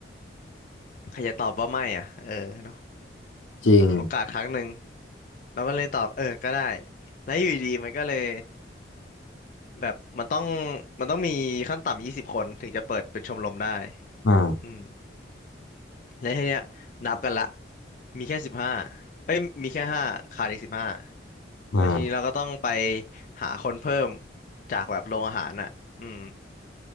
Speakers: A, on the left; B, on the left.
A: ใครจะตอบว่าไม่อ่ะเออเนาะ
B: จริง
A: โอกาสครั้งหนึ่ง เราก็เลยตอบเออก็ได้ แล้วอยู่ดีๆมันก็เลยแบบมันต้องมันต้องมีขั้นต่ำยี่สิบคนถึงจะเปิดเป็นชมรมได้
B: อ่า
A: อืมแล้วทีเนี้ยนับกันละมีแค่สิบห้าเอ้ยมีแค่ห้าขาดอีกสิบห้า
B: อ่า
A: แล้วทีนี้เราก็ต้องไปหาคนเพิ่มจากแบบโรงอาหารอ่ะอืม